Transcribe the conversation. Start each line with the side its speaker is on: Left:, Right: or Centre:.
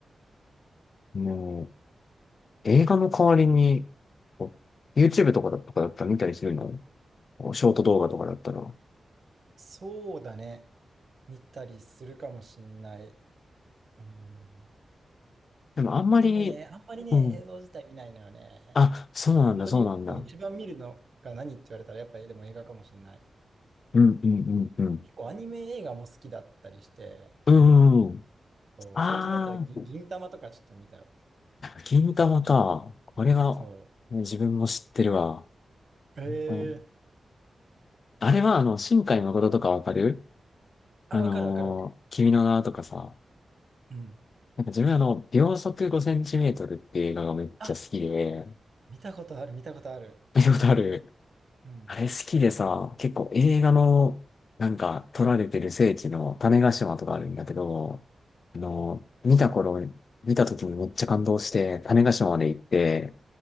Left: もう、映画の代わりに、こう YouTube とかだ、とかだったら見たりするのこうショート動画とかだったら。
Right: そうだね。見たりするかもしんない。うん。
Left: でもあんまり、
Right: でもね、あんまりね、
Left: うん。
Right: 映像自体見ないのよね。
Left: あ、そうなんだ、
Right: 本当に、
Left: そうなんだ。
Right: そう、一番見るのが何って言われたら、やっぱりでも映画かもしんない。
Left: うん、うん、うん、うん。
Right: 結構アニメ映画も好きだったりして、
Left: うん、うんうん。
Right: そう、
Left: ああ。
Right: 最近だったらぎ銀魂とかちょっと見たよ。
Left: 銀玉か。これが、
Right: そう。
Left: ね自分も知ってるわ。
Right: ええ
Left: 銀魂あれは、あの、新海誠とかわかる
Right: あ、
Left: あのー君の名はとかさ。
Right: わかるわかるわかる。うん、
Left: なんか自分あの、秒速5センチメートルっていう映画がめっちゃ好きで、
Right: あ、見たことある、見たことある。
Left: 見たことある。
Right: うん、
Left: あれ好きでさ、結構映画の、なんか撮られてる聖地の種子島とかあるんだけど、あの、
Right: うん。
Left: 見た頃、見た時にめっちゃ感動して、種子島まで行って、